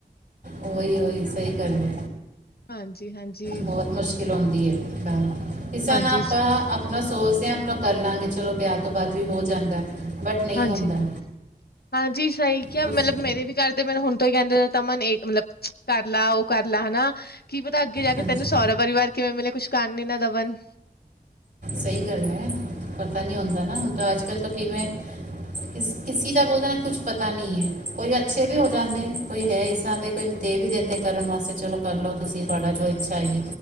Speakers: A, on the right; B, on the left.
A: ਓਹੀ-ਓਹੀ ਸਹੀ ਗੱਲ ਏ।
B: ਹਾਂਜੀ ਹਾਂਜੀ
A: ਬਹੁਤ ਮੁਸ਼ਕਿਲ ਆਉਂਦੀ ਹੇ, ਮ ਕਿਸੇ
B: ਹਾਂਜੀ
A: ਨਾ ਆਪਾਂ ਆ ਨਾ ਸੋਚਦੇ ਹਾਂ ਆਪਾਂ ਕਰ ਲਾਂਗੇ ਚਲੋ ਵਿਆਹ ਤੋਂ ਬਾਅਦ ਵੀ ਹੋ ਜਾਂਦਾ। ਬਟ ਨਹੀਂ
B: ਹਾਂਜੀ।
A: ਹੁੰਦਾ
B: ਹਾਂਜੀ ਸਹੀ ਕਿਹਾ
A: ਤੁਸੀਂ
B: ਮਤਲਬ ਮੇਰੇ ਵੀ ਕਰ ਦੇ ਮੈਨੂੰ ਹੁਣ ਤੋਂ ਹੀ ਕਹਿੰਦੇ ਤ ਮਨ ਏਕ ਮਤਲਬ ਕਰ ਲਾ ਉਹ ਕਰ ਲਾ ਹਨਾ ਕੀ ਪਤਾ ਅੱਗੇ ਜਾ ਕੇ
A: ਹਾਂਜੀ
B: ਤੈਨੂੰ ਸਹੁਰਾ ਪਰਿਵਾਰ ਕਿਵੇਂ ਮਿਲੇ ਕੁਛ ਕਰਨ ਨੀ ਨਾ ਦਵਨ।
A: ਸਹੀ ਗੱਲ ਐ ਪਤਾ ਨਹੀਂ ਹੁੰਦਾ ਨਾ, ਹੁਣ ਤਾਂ ਅੱਜ ਕੱਲ੍ਹ ਤਾਂ ਕਿਵੇਂ ਕਿਸ ਕਿਸੀ ਕਾ ਬੋਲਣਾ ਕੁੱਛ ਪਤਾ ਨਹੀਂ ਏ, ਕੋਈ ਅੱਛੇ ਵੀ ਹੋ ਜਾਂਦੇ। ਕੋਈ ਹੈ ਇਸ ਸਾਲ ਦੇ ਕੋਈ ਦੇ ਵੀ ਦਿੰਦੇ ਕਰਨ ਵਾਸਤੇ ਚਲੋ ਕਰ ਲਓ ਤੁਸੀਂ ਤੁਹਾਡਾ ਜੋ ਇੱਛਾ ਹੈਗੀ।